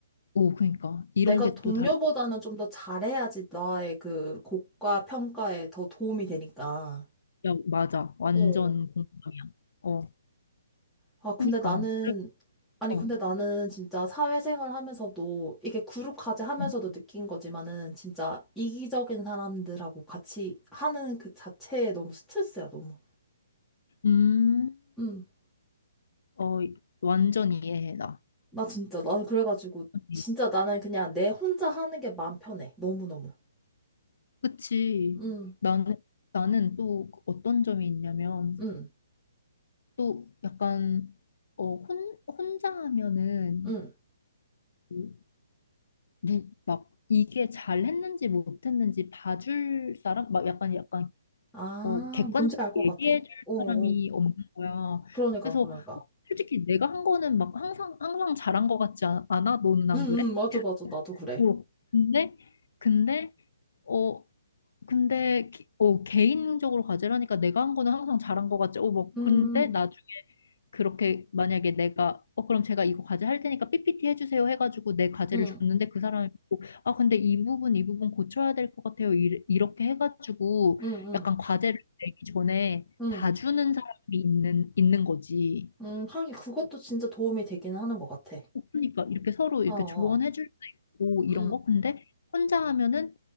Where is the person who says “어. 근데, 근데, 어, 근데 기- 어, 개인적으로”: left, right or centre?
Left